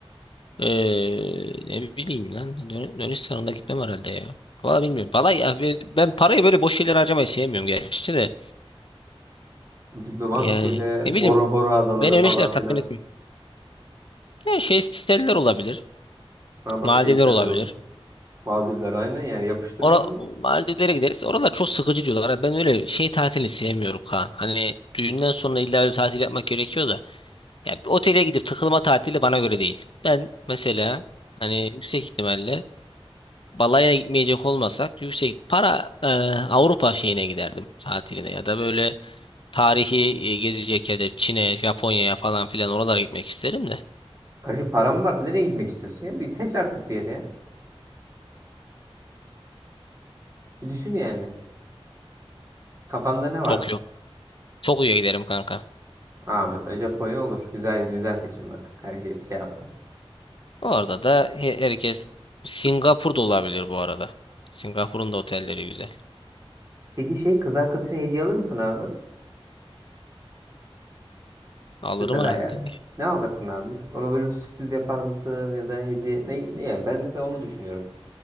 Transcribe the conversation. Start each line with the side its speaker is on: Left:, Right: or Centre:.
Left: eee, ne bileyim lan Yunan- Yunanistan'a da gitmem herhalde ya. Valla bilmiyorum. Valla ya be- ben parayı böyle boş şeylere harcamayı sevmiyorum gerçi de.
Right: Bilmem abi
Left: Yani
Right: şöyle
Left: ne
Right: Bora
Left: bileyim
Right: Bora adaları
Left: beni
Right: falan
Left: öyle şeyler tatmin
Right: filan.
Left: etmiyor. Yani şey siteler olabilir.
Right: Ha bak
Left: Maldivler
Right: şeyseller
Left: olabilir.
Right: olur. Maldivler aynı yani yapıştır abi.
Left: Ora Maldivlere gideriz. Oralar çok sıkıcı diyorlar. Ha, Ben öyle şey tatilini sevmiyorum Kaan. Hani düğünden sonra illa öyle bir tatil yapmak gerekiyor da. Ya bir otele gidip takılma tatili bana göre değil. Ben mesela hani yüksek ihtimalle balaya gitmeyecek olmasak yüksek para e, Avrupa şeyine giderdim tatiline ya da böyle tarihi e, gezecek ya da Çin'e, Japonya'ya falan filan oralara gitmek isterim de.
Right: Kardeşim param var. Nereye gitmek istiyorsun ya? Bir seç artık bir yere ya. Bir düşün yani. Kafanda ne var?
Left: Tokyo. Tokyo'ya giderim kanka.
Right: Aa mesela Japonya olur. Güzel güzel seçim bak. Her şey, şey yaptım.
Left: Orada da he- herkes Singapur da olabilir bu arada. Singapur'un da otelleri güzel.
Right: Peki şey kız arkadaşına hediye alır mısın abi?
Left: Alırım
Right: Mesela
Left: herhalde.
Right: yani.
Left: Niye?
Right: Ne alırsın abi? Ona böyle bir sürpriz yapar mısın ya da hediye ne, ne yani ben mesela onu düşünüyorum.